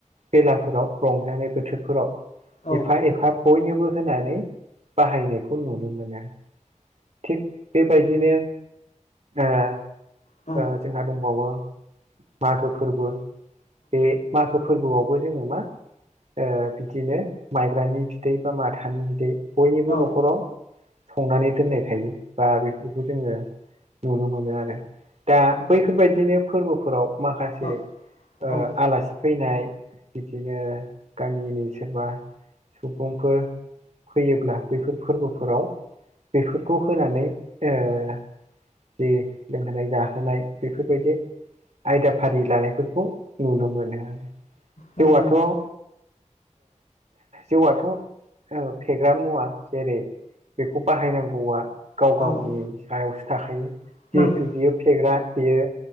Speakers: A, on the right; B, on the left.
A: बेलाफोराव रंजानाय बोथोरफोराव
B: औ
A: एफा एफा बयनोबो होनानै बाहायनायखौ नुनो मोना। थिग बेबायदिनो ओ
B: औ
A: ओ जोंहा दंबावो मागो फोरबो बे मागो फोरबोआवबो जोङो मा ओ बिदिनो माइब्रानि बिदै बा माथानि बिदै बयनिबो
B: औ
A: न'खराव संनानै दोननाय थायो बा बेफोरखौ जोङो नुनो मोनो आरो दा बैफोरबायदिनो फोरबोफोराव माखासे
B: औ औ
A: ओ
B: औ
A: आलासि फैनाय बिदिनो गामिनि सोरबा सुबुंफोर फैयोब्ला बैफोर फोरबोफोराव बेफोरखौ होनानै ओ जि लोंहोनाय जाहोनाय बेफोरबायदि आयदा फारि लानायफोरखौ नुनो मोनो आरो
B: नंगौ
A: जौआथ'
B: नंगौ
A: औ जौआथ' ओ फेग्रा मुवा जेरै बेखौ बाहायनां गौवा गाव गावनि
B: औ
A: सायावसो थाखायो
B: नंगौ
A: जिहेथु बियो फेग्रा बेयो